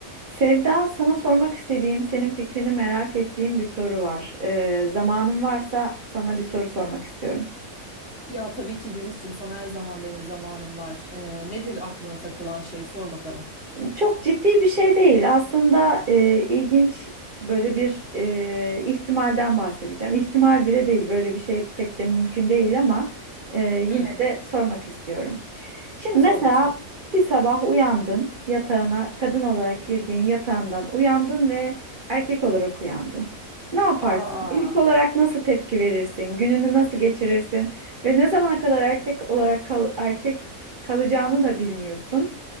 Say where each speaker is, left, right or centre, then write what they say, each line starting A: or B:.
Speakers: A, on the right; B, in the centre.
A: Sevda, sana sormak istediğim, senin fikrini merak ettiğim bir soru var. Ee, zamanın varsa sana bir soru sormak istiyorum.
B: Ya tabii ki Gülis'cim sana her zaman benim zamanım var. Ee, nedir aklına takılan şey sor bakalım.
A: Çok ciddi bir şey değil. Aslında e, ilginç böyle bir e, ihtimalden bahsedeceğim. İhtimal bile değil. Böyle bir şey pek de mümkün değil ama e,
B: Hı,
A: yine de sormak istiyorum. Şimdi
B: sor
A: mesela
B: lütfen.
A: bir sabah uyandın yatağına kadın olarak girdiğin yatağından uyandın ve erkek olarak uyandın. Ne yaparsın?
B: Aa,
A: İlk olarak nasıl tepki verirsin? Gününü nasıl geçirirsin? Ve ne zamana kadar erkek olarak kal- erkek kalacağını da bilmiyorsun.